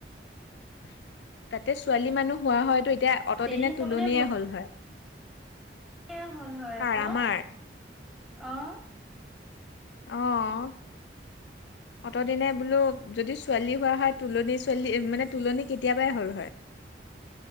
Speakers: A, on the left (about 70°); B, in the centre.
A: <inaudible> তাতে ছোৱালী মানুহ হোৱা হয়তো এতিয়া অতদিনে
B: দেৰি
A: তুলনীয়ে
B: হ'বনে
A: হ'ল হয়।
B: এ, হ'ল হয়
A: কাৰ
B: আকৌ।
A: আমাৰ
B: অ'।
A: অহ, অতদিনে বোলো যদি ছোৱালী হোৱা হয়, তোলনি ছোৱালী মানে তোলনি কেতিয়াবাই হল হয়।